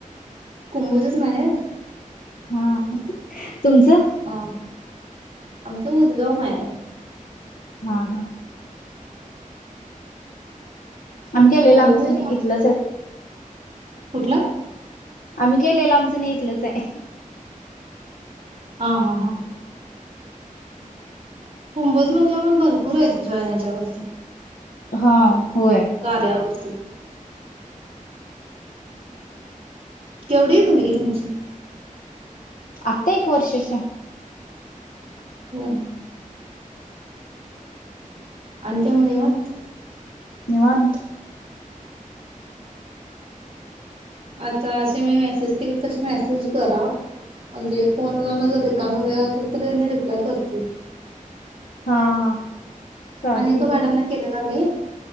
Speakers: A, on the right (about 40°); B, on the left (about 80°).
A: कुंभोजच माहेर
B: हा तुमचं
A: हा आमचं उदगाव माहेर
B: हा हा आम्ही गेलेलं
A: कुंभोज
B: आमचं
A: मध्ये
B: नाही इथलंच आहेत
A: कुठला
B: आम्ही केलेलं आमचं नाही इथलंच आहे
A: हा हा हा कुंभोज मधलं मण भरपूर आहेत जॉयन ह्याच्यावरती
B: हा होय
A: कार्यावरती केवढी आहे मुलीगी तुमची
B: आत्ता एक वर्षाच्या
A: हम् आणि त्या म्हनिवर
B: निवांत
A: आता असे मी मेसेज केले तसे मेसेज करा म्हणजे फोनला जर रिकामी वेळ असेल तर त्यांनी रिप्लाय करतील
B: हा हा चालते
A: आणि एका
B: की
A: मॅडमला केलेला मी.